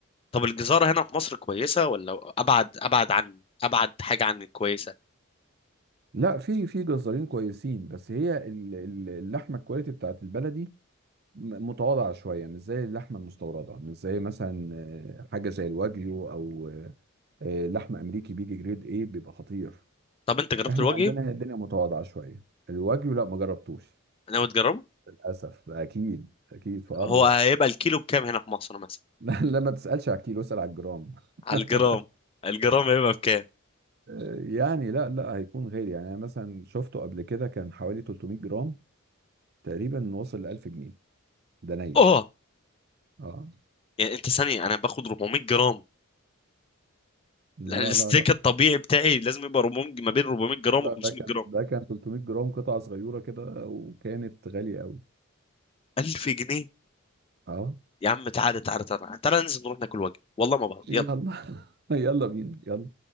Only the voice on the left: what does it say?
طب الجزاره هنا في مصر كويسه ولا ابعد ابعد عن ابعد حاجه عن الكويسه
طب انت جربت
الوجه
ناوي تجربه
هو
هيبقى الكيلو بكام هنا في مصر مثلا
على
الجرام الجرام هيبقى بكام
اه
يعني انت ثانيه انا باخد 400 جرام
لا، الستيك
الطبيعي بتاعي لازم يبقى 400 ما بين 400 جرام
و 500
جرام
1000 جنيه
يا عم تعالى تعالى تعالى تعالى ننزل نروح ناكل وجبه والله ما بعرف
يلا